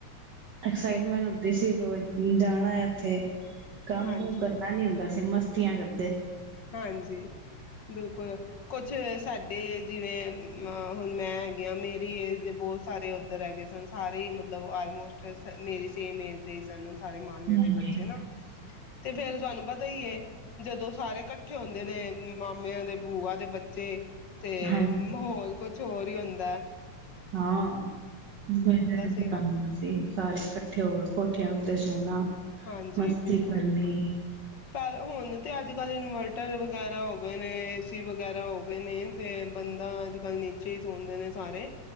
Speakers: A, on the right; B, on the left.
A: ਐਕਸਾਈਟਮੈਂਟ
B: ਕਿ
A: ਦਿਸਦੀ ਹ ਰੋਜ਼ ਜਾਣਾ ਆ ਇਥੇ ਇਥੇ ਕੰਮ
B: ਹਾਂਜੀ
A: ਕੁਮ ਕਰਨਾ ਨੀ ਹੁੰਦਾ ਐਸੇ ਮਸਤ ਧੀਆਂ ਕਰ
B: ਹਾਂਜੀ ਬਿਲਕੁਲ ਕਦ ਕੁਛ ਸਾਡੇ ਜਿਵੇਂ ਹੁਣ ਮੈ ਗਿਆ ਜਿਵੇਂ ਮੇਰੀ ਜਿਵੇਂ ਮੇਰੀ ਬਹੁਤ ਸਾਰੇ ਸਾਰੇ ਮਤਲਬ ਆਲਮੋਸਟ ਮੇਰੀ ਸੇਮ ਏਜ ਦੇ ਸਨ ਹਾਏ ਮਾਮੇ
A: ਹਾਂਜੀ।
B: ਦੇ ਬੱਚੇ ਤੇ ਫਿਰ ਤੁਹਾਨੂੰ ਪਤਾ ਹੀ ਹੈ ਜਦੋਂ ਸਾਰੇ ਇਕੱਠੇ ਹੁੰਦੇ ਨੇ ਮਾਮਿਆਂ ਦੇ ਭੂਆ ਦੇ ਬੱਚੇ ਤੇ
A: ਹਾਂਜੀ
B: ਮਾਹੌਲ ਕੁਝ ਹੋਰ ਹੀ ਹੁੰਦੇ
A: ਹਾਂ ਮਜਾ ਆਉਂਦਾ
B: ਸੀਗਾ
A: ਜਦੋਂ ਸਾਰੇ ਇਕੱਠੇ ਹੁੰਦੇ ਆ ਕੋਠਿਆਂ ਉੱਤੇ ਸੋਣਾ।
B: ਹਾਂਜੀ,
A: ਮਸਤੀ
B: ਬਿਲਕੁਲ
A: ਕਰਨੀ।
B: ਪ ਹੁਣ ਤੇ ਅੱਜ ਕੱਲ ਇਨਵਰਟਰ ਵਗੈਰਾ ਹੋ ਗਏ ਨੇ ਏ ਸੀ ਵਗੈਰਾ ਹੋ ਗਏ ਨੇ, ਤੇ ਬੰਦਾ ਅੱਜ ਕੱਲ੍ਹ ਨੀਚੇ ਹੀ ਸੌਦੇ ਨੇ ਸਾਰੇ।